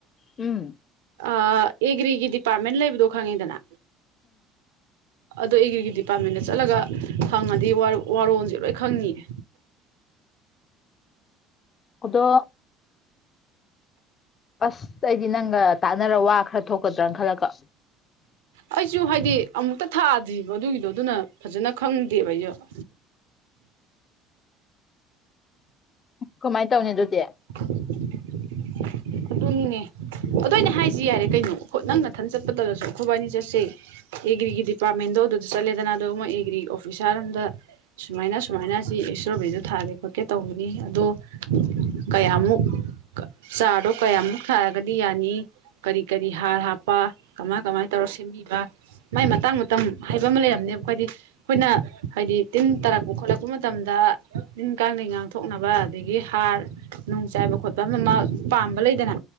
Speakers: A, on the left (about 35°); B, on the right (about 65°).
A: ꯎꯝ
B: ꯑꯥ ꯑꯦꯒ꯭ꯔꯤꯒꯤ ꯗꯤꯄꯥꯔꯠꯃꯦꯟ ꯂꯩꯕꯗꯣ ꯈꯪꯉꯤꯗꯅ ꯑꯗꯣ ꯑꯦꯒ꯭ꯔꯤꯒꯤ ꯗꯤꯄꯥꯔꯠꯃꯦꯟꯗ ꯆꯠꯂꯒ ꯈꯪꯉꯅꯤ ꯗꯤ ꯋꯥꯔꯣꯜꯁꯦ ꯂꯣꯏ ꯈꯪꯉꯅꯤꯌꯦ
A: ꯑꯗꯣ ꯑꯁ ꯑꯩꯗꯤ ꯅꯪꯒ ꯇꯥꯟꯅꯔ ꯋꯥ ꯈꯔ ꯊꯣꯛꯀꯗ꯭ꯔꯅ ꯈꯜꯂꯒ
B: ꯑꯩꯁꯨ ꯍꯥꯏꯗꯤ ꯑꯃꯨꯛꯇ ꯊꯥꯗ꯭ꯔꯤꯕ ꯑꯗꯨꯒꯤꯗꯣ ꯑꯗꯨꯅ ꯐꯖꯅ ꯈꯪꯗꯦꯕ ꯑꯩꯁꯨ
A: ꯀꯃꯥꯏꯅ ꯇꯧꯅꯤ ꯑꯗꯨꯗꯤ
B: <unintelligible> ꯑꯗꯨꯅꯤꯅꯦ ꯑꯗꯨ ꯑꯩꯅ ꯍꯥꯏꯁꯤ ꯌꯥꯔꯦ ꯀꯩꯅꯣ ꯑꯩꯈꯣꯏ ꯅꯪ ꯃꯊꯟ ꯆꯠꯄꯗꯔꯁꯨ ꯑꯩꯈꯣꯏꯕꯥꯏꯅꯤ ꯆꯠꯁꯦ ꯑꯦꯒ꯭ꯔꯤꯒꯤ ꯗꯤꯄꯥꯔꯠꯃꯦꯟꯗꯣ ꯑꯗꯨꯗ ꯆꯠꯂꯦꯗꯅ ꯑꯗꯣ ꯃꫭꯏ ꯑꯦꯒ꯭ꯔꯤ ꯑꯣꯐꯤꯁꯥꯔ ꯑꯝꯗ ꯁꯨꯃꯥꯏꯅ ꯁꯨꯥꯏꯅ ꯁꯤ ꯏꯁꯇꯔꫭꯕ‌ꯦꯔꯤ ꯊꯥꯒꯦ ꯈꯣꯠꯀꯦ ꯇꯧꯕꯅꯤ ꯑꯗꯣ ꯀꯌꯥꯃꯨꯛ ꯆꯥꯔꯗꯣ ꯀꯌꯥꯃꯨꯛ ꯁꯥꯔꯒꯗꯤ ꯌꯥꯅꯤ ꯀꯔꯤ ꯀꯔꯤ ꯍꯥꯔ ꯍꯥꯞꯄ ꯀꯃꯥꯏ ꯀꯃꯥꯏ ꯇꯧꯔ ꯁꯦꯝꯕꯤꯕ ꯃꯥꯏ ꯃꯇꯥꯡ ꯃꯇꯝ ꯍꯥꯏꯕ ꯑꯃ ꯂꯩꯔꯝꯅꯦꯕ ꯑꯩꯈꯣꯏꯗꯤ ꯑꯩꯈꯣꯏꯅ ꯍꯥꯏꯗꯤ ꯇꯤꯟ ꯇꯥꯔꯛꯄ ꯈꯣꯠꯂꯛꯄ ꯃꯇꯝꯗ ꯇꯤꯟ ꯀꯥꯡꯗꯩ ꯉꯥꯛ ꯊꯣꯛꯅꯕ ꯑꯗꯒꯤ ꯍꯥꯔ ꯅꯨꯡ ꯆꯥꯏꯕ ꯈꯣꯠꯄ ꯑꯃ ꯃꯥ ꯄꯥꯝꯕ ꯂꯩꯗꯅ